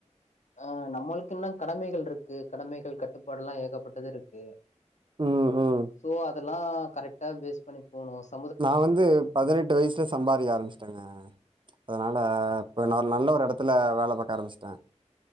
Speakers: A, on the left; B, on the right.
A: ஆ நம்மளுக் இன்னு கடமைகள் இருக்கு கடமைகள் கட்டுப்பாடுல்லா ஏகப்பட்டது இருக்கு
B: ம் ம்
A: சோ அதெல்லா கரெக்டா பேஸ் பண்ணி போனு ஸ்
B: நா வந்து பதினெட்டு வயசுல சம்பாரிக்க ஆரம்பிச்சுட்டங்க அதனால இப்ப
A: ஆ
B: ந நல்ல ஒரு எடத்துல வேல பார்க்க ஆரம்பிச்சுட்டே